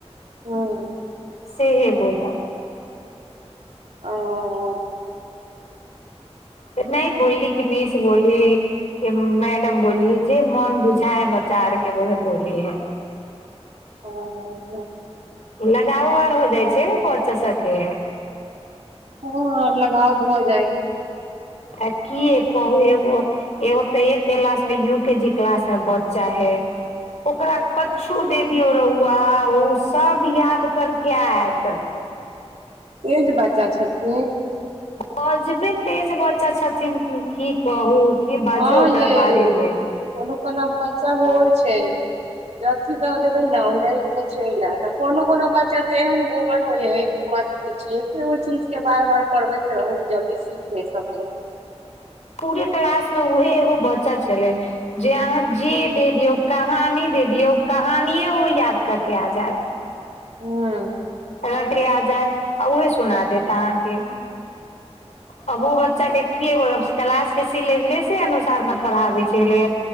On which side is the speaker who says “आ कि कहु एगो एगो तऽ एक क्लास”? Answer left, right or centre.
Left